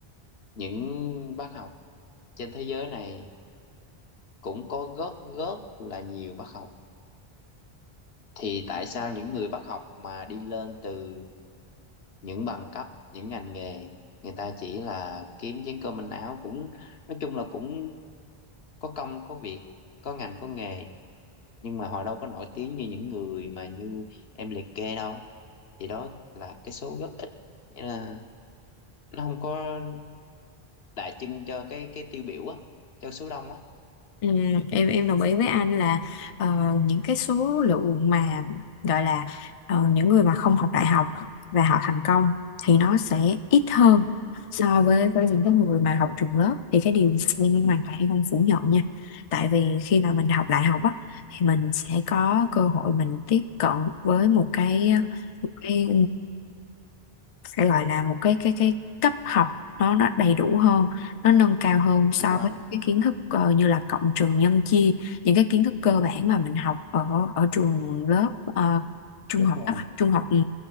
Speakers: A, on the left; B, on the left.
A: những bác học trên thế giới này cũng có rất rất là nhiều bác học thì tại sao những người bác học mà đi lên từ những bằng cấp những ngành nghề người ta chỉ là kiếm chén cơm manh áo cũng nói chung là cũng có công có việc có ngành có nghề nhưng mà họ đâu có nổi tiếng như những người mà như em liệt kê đâu thì đó là cái số góp ích Nghĩa là nó không có đại trưng cho cái cái tiêu biểu á cho số đông á
B: Ừ, em em đồng ý với anh là ờ, những cái số lượng mà gọi là ờ, những người mà không học đại học và họ thành công thì nó sẽ ít hơn so với với những cái người mà học trường lớp thì cái điều này em
A: Ừ,
B: hoàn toàn em không phủ nhận nha tại vì khi mà mình học đại học á thì mình sẽ có cơ hội mình tiếp cận với một cái một cái sẽ gọi là một cái cái cái cấp học nó nó đầy đủ hơn nó nâng cao hơn so
A: đúng
B: với
A: rồi
B: cái kiến thức ờ, như là cộng trừ nhân chia những cái kiến thức cơ bản mà mình học ở ở trường lớp ờ, trung
A: đúng
B: học cấp
A: rồi
B: trung học ừ,